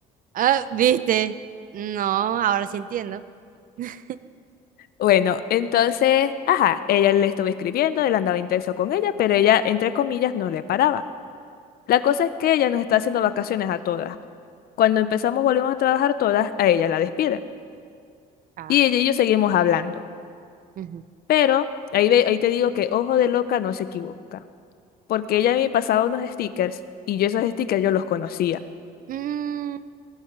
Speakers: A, on the right; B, on the left.
A: Ah, viste. No, ahora sí entiendo. <laughs>
B: Bueno, entonces, ajá, ella le estuvo escribiendo, él andaba intenso con ella, pero ella, entre comillas, no le paraba. La cosa es que ella nos está haciendo vacaciones a todas. Cuando empezamos, volvemos a trabajar todas, a ella la despiden.
A: Ah,
B: Y ella y yo seguimos hablando.
A: ujú.
B: Pero ahí, ve- ahí te digo que ojo de loca no se equivoca. Porque ella me pasaba unos stickers y yo esos stickers yo los conocía.
A: Mm,